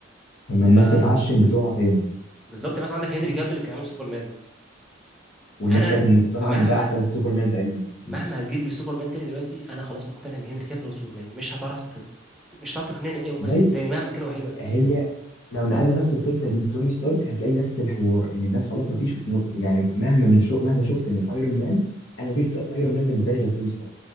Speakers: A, on the left; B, in the centre.
A: لما الناس
B: فبالظبط
A: تتعشم بتوعها تاني
B: مثلا عندك هنري كافيل اللي كان عامل سوبرمان
A: والناس
B: أنا
A: كانت مقتنعه
B: مهما
A: ان ده احسن سوبرمان تقريبا مم.
B: مهما هتجيب لي سوبرمان تاني دلوقتي أنا خلاص مقتنع إن هنري كافيل هو سوبرمان مش هتعرف ت... مش هتعرف تقنعني بأي ممثل
A: زي
B: تاني مهما كان هو حلو قد
A: هي
B: إيه
A: لو نقلنا نفس الفكره دي لتوني ستارك هتلاقي نفس الحوار ان الناس خلاص ما فيش م... يعني مهما من شو... مهما شفت من ايرون مان انا ما فيش ايرون مان بالنسبه لي غير توني ستارك